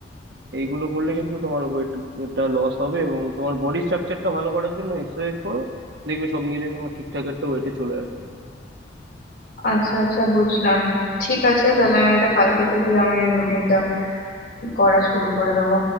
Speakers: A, on the right; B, on the left.
A: এইগুলো করলে কিন্তু তোমার ওয়েটটা লস হবে এবং তোমার বডি স্ট্রাকচারটা ভালো করার জন্য এক্সারসাইজ করো দেখবে সব মিলিয়ে তোমার ঠিকঠাক একটা ওয়েটে চলে আসবে
B: আচ্ছা আচ্ছা বুঝলাম ঠিক আছে তাহলে আমি এটা কালকে থেকে আমি রুটিনটা করা শুরু করে দেবো